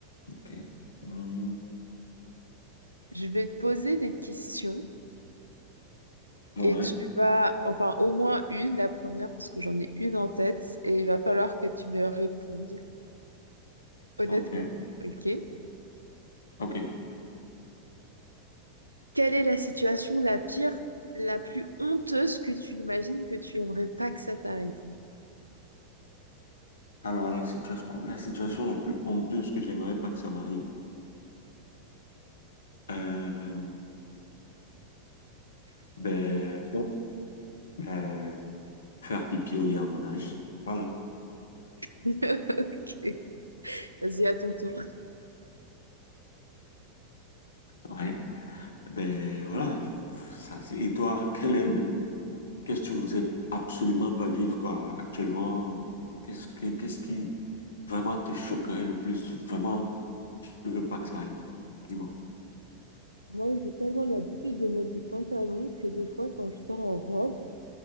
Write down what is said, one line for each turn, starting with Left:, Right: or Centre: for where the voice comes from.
Left: Ok. Hmm.
Right: Je vais te poser des questions
Left: Ouais,
Right: et tu vas, enfin au moins une, la première, parce que j'en ai une en tête et il va falloir que tu me répondes honnêtement.
Left: ok,
Right: Ok?
Left: ok.
Right: Quelle est la situation la pire, la plus honteuse que tu imagines que tu aimerais pas que ça t'arrive?
Left: Alors, la situation, la situation la plus honteuse que j'aimerais pas que ça m'arrive. Euh, ben, euh, faire pipi au lit à mon âge. Voilà,
Right: <laughs> Ok, vas-y, à ton tour.
Left: ouais. Ben, voilà. je- Ça, c'est- et toi, quel est le, qu'est-ce que tu voudrais absolument pas vivre, quoi, actuellement? Qu'est-ce que, qu'est-ce qui vraiment te choquerait le plus? Vraiment, tu veux pas que ça arrive. Dis-moi.
Right: Moi, j'ai tellement l'habitude de mettre des pantalons que des fois, quand je sors en robe,